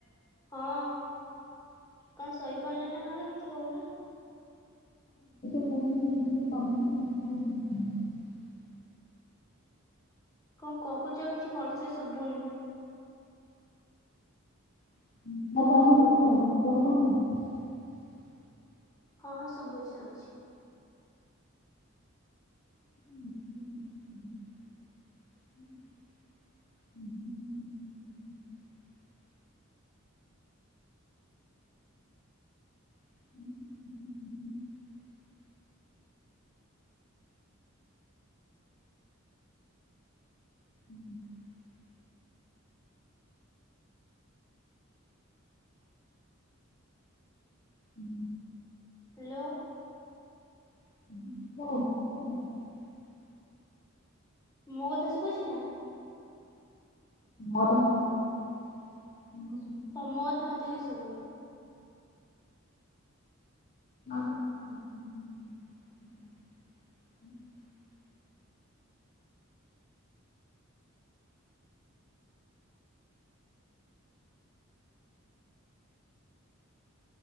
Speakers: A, on the left; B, on the left.
A: ହଁ କଣ ଶୋଇପଡ଼ିଲେ ନା କଣ କିଛି କହୁନ?
B: <unintelligible>
A: କଣ କହୁଛ କିଛି ଭଲସେ ଶୁଭୁନି?
B: <unintelligible>
A: ହଁ ହଁ ଶୁଭୁଛି ଶୁଭୁଛି।
B: <inaudible> <unintelligible> <unintelligible> ହୁଁ <unintelligible> ହୁଁ।
A: ହାଲୋ।
B: <unintelligible>
A: ମୋ କଥା ଶୁଭୁଛି ନା?
B: ଆଉ କଣ କୁହନ୍ତୁ।
A: ତମ କଥା ମତେ <unintelligible> ଶୁଭୁନି।
B: <unintelligible>